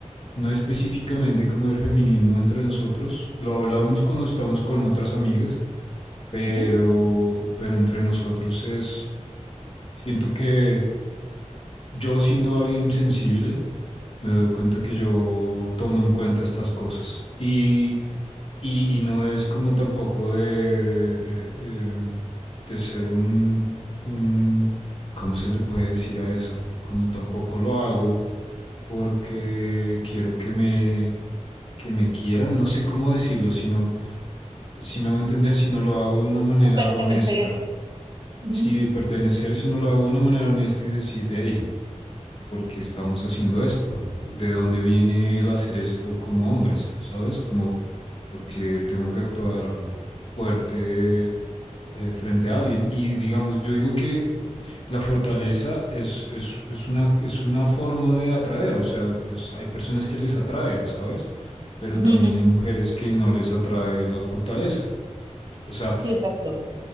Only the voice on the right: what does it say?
Ujú.
Como pertenecer.
Ujú.
Ujú,
ujú.
Sí, exacto.